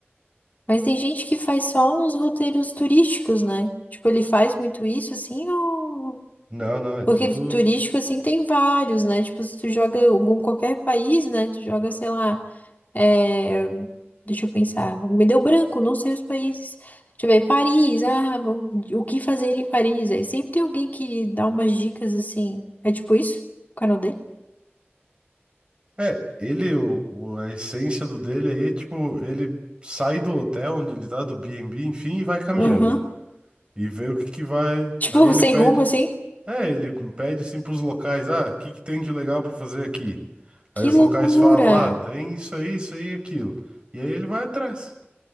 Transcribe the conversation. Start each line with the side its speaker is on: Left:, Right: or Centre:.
Left: Mas tem gente que faz só uns roteiros turísticos, né? Tipo, ele faz muito isso assim ou.
Right: Não, não, é tudo.
Left: Porque turístico assim tem vários, né? Tipo, se tu joga algum qualquer país, né? Tu joga, sei lá. É, deixa eu pensar. Me deu branco, não sei os países. Deixa eu ver, Paris, ah, vou- o que fazer em Paris? Aí sempre tem alguém que dá umas dicas assim. É tipo isso? O canal dele?
Right: É, ele, o, o- a essência do dele aí é tipo, ele sai do hotel onde ele tá, do B&B, enfim, e vai caminhando.
Left: Aham.
Right: E vê o que que vai.
Left: Tipo,
Right: Aí ele
Left: <laughs> sem
Right: pede.
Left: rumo, assim?
Right: É, ele pede assim pros locais, ah, o que que tem de legal pra fazer aqui? Aí
Left: Que
Right: os locais
Left: loucura!
Right: falam, ah, tem isso aí, isso aí, e aquilo. E aí ele vai atrás.